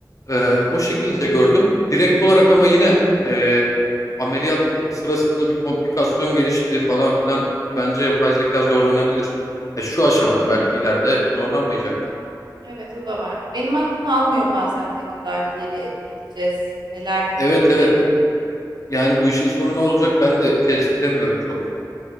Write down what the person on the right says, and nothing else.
Hı.
Evet o da var. Benim aklım almıyor bazen ne kadar ileri gideceğiz, neler
gelecek.